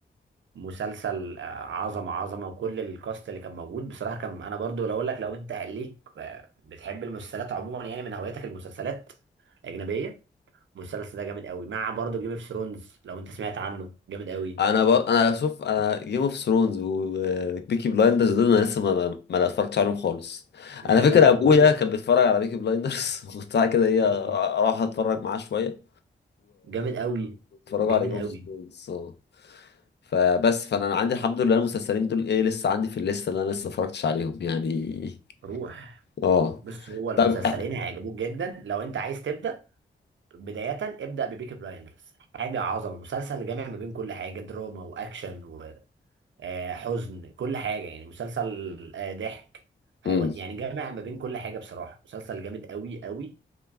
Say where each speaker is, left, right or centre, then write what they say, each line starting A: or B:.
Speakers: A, on the right; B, on the left.
A: مسلسل آه، عظمه عظمه وكل الكاست اللي كان موجود بصراحه كان انا برضو لو اقول لك لو انت ليك آه، بتحب المسلسلات عموما يعني من هواياتك المسلسلات الاجنبيه المسلسل ده جامد قوي مع برضو جيم اوف ثرونز لو انت سمعت عنه جامد قوي
B: انا بر... انا شوف انا جيم اوف ثرونز وبيكي بلايندرز دول انا لسه ما ما ما اتفرجتش عليهم خالص
A: يا
B: انا
A: باشا
B: فاكر
A: لا
B: ابويا
A: روح
B: كان بيتفرج على بيكي بلايندرز <laughs> وبتاع كده ايه
A: م- م.
B: اروح اتفرج معاه شويه
A: جامد قوي
B: اتفرجوا
A: جامد
B: على جيم
A: قوي
B: اوف ثرونز اه فبس فانا عندي الحمد لله المسلسلين دول ايه لسه عندي في الليسته اللي انا لسه ما اتفرجتش عليهم يعني
A: روح
B: اه
A: بص هو المسلسلين
B: طب
A: هيعجبوك جدا لو انت عايز تبدا بدايه ابدا ببيكي بلايندرز حاجه عظمه مسلسل جامع ما بين كل حاجه دراما واكشن آه، حزن كل حاجة يعني مسلسل آه، ضحك هيود
B: امم
A: يعني جامع ما بين كل حاجة بصراحة مسلسل جامد قوي قوي